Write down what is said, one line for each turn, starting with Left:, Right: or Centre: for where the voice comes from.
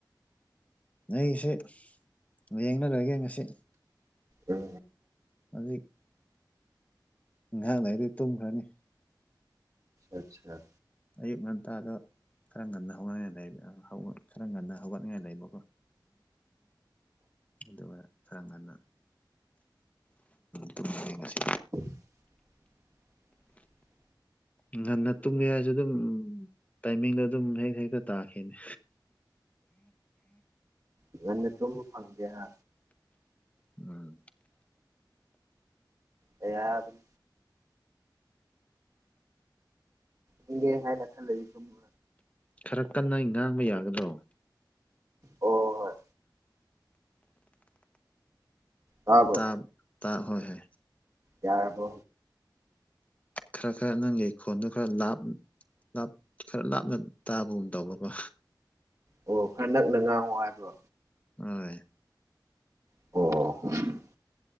Left: ꯑꯩꯁꯤ ꯌꯦ ꯌꯦꯡꯅꯔꯣꯏꯒꯦ ꯉꯁꯤ
Right: ꯎꯝ
Left: ꯍꯧꯖꯤꯛ ꯉꯥꯢꯍꯥꯛ ꯂꯩꯔꯗꯤ ꯇꯨꯝꯈꯔꯅꯤ
Right: ꯑꯆꯥ
Left: ꯑꯌꯨꯛ ꯉꯟꯇꯥꯗ ꯈꯔ ꯉꯟꯅ ꯍꯧꯅꯤꯡꯉꯥꯏ ꯂꯩꯕ ꯈꯔ ꯉꯟꯅ ꯍꯧꯒꯠꯅꯤꯡꯉꯥꯏ ꯂꯩꯕꯀꯣ ꯑꯗꯨꯒ ꯈꯔ ꯉꯟꯅ ꯇꯨꯝꯃꯅꯤ ꯉꯁꯤ
Right: <unintelligible>
Left: ꯉꯟꯅ ꯇꯨꯝꯒꯦ ꯍꯥꯏꯁꯨ ꯑꯗꯨꯝ ꯇꯥꯏꯃꯤꯡꯗꯣ ꯑꯗꯨꯝ ꯍꯦꯛ ꯍꯦꯛꯇ ꯇꯥꯈꯤꯅꯦ
Right: ꯉꯥꯟꯅ ꯇꯨꯝꯕ ꯐꯪꯗꯦꯍꯥ
Left: ꯎꯝ
Right: ꯌꯥ ꯌꯥꯕ <inaudible> ꯍꯪꯦ ꯍꯥꯏꯅ ꯈꯜꯂꯔꯤ ꯁꯨꯝ <inaudible>
Left: ꯈꯔ ꯀꯟꯅ ꯉꯥꯡꯕ ꯌꯥꯒꯗ꯭ꯔꯣ
Right: ꯑꯣ ꯍꯣꯏ ꯇꯥꯕ꯭ꯔꯣ
Left: ꯇꯥ ꯇꯥ ꯍꯣꯏ ꯍꯣꯏ
Right: ꯌꯥꯔꯕꯣ
Left: ꯈꯔ ꯈꯔ ꯅꯪꯒꯤ ꯈꯣꯟꯗꯣ ꯈꯔ ꯂꯥꯞ ꯂꯥꯞ ꯈꯔ ꯂꯥꯞꯅ ꯇꯥꯕꯒꯨꯝ ꯇꯧꯕꯀꯣ
Right: ꯑꯣ ꯈꯔ ꯅꯛꯅ ꯉꯥꯡꯉꯣ ꯍꯥꯏꯕ꯭ꯔꯣ
Left: ꯍꯣꯢ
Right: ꯑꯣ